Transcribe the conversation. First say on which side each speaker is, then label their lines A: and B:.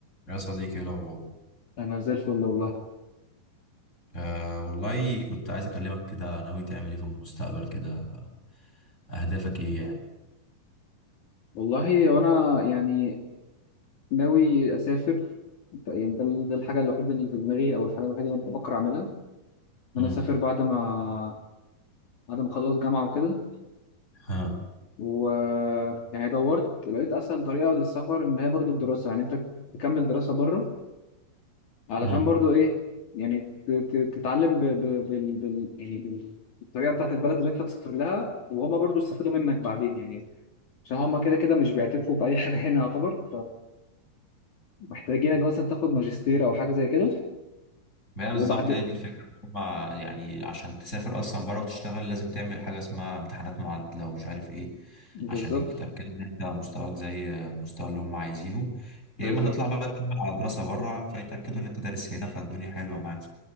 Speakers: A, on the left; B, on the left.
A: يا صديقي ايه الاخبار
B: انا زي الفل والله
A: آه والله كنت عايز اكلمك كده ناوي تعمل ايه في المستقبل كده اهدافك ايه يعني
B: والله وانا يعني ناوي اسافر يعني ده ده الحاجه الوحيده اللي في دماغي او الحاجه الوحيده اللي بفكر اعملها ان
A: امم
B: انا اسافر بعد ما بعد ما اخلص جامعه وكده
A: ها
B: و يعني دورت لقيت اسهل طريقه للسفر ان هي برضو الدراسه يعني انت تكمل دراسه بره علشان
A: امم
B: برضو ايه يعني ت- ت- تتعلم ب... ب... بال... بال... يعني بال... الطريقه بتاعت البلد اللي انت مسافر لها وهما برضو استفادوا منك بعدين يعني عشان هما كده كده مش بيعترفوا باي حاجه هنا يعتبر محتاجينك مثلا تاخد ماجستير او حاجه زي كده
A: بقى بالظبط
B: وبعد
A: هي دي الفكره هما يعني عشان تسافر اصلا بره وتشتغل لازم تعمل حاجه اسمها امتحانات معادله ومش عارف ايه
B: بالظبط
A: عشان يتاكدوا ان انت مستواك زي المستوى اللي هم عايزينه يا
B: بالظبط
A: اما تطلع بقى تكمل على دراسه بره فيتاكدوا ان انت دارس هنا فالدنيا حلوه معاك